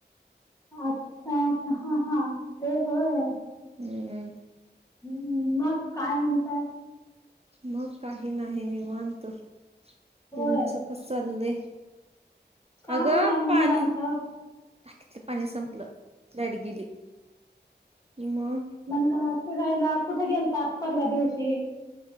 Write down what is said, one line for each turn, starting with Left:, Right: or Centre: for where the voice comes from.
Left: अच्छा अच्छा हा हा ते होय
Right: हम..
Left: हम्म मग काय म्हणतय..
Right: मग काही नाही निवांत.. तुमचं
Left: होय
Right: कसं चाललंय..
Left: काय
Right: अगं
Left: नाही
Right: पाणी
Left: निवांत
Right: टाकीतलं पाणी संपलं... लाईट गेली... मग
Left: म्हणलं फिरायला कुठे गेलतात परवा दिवशी...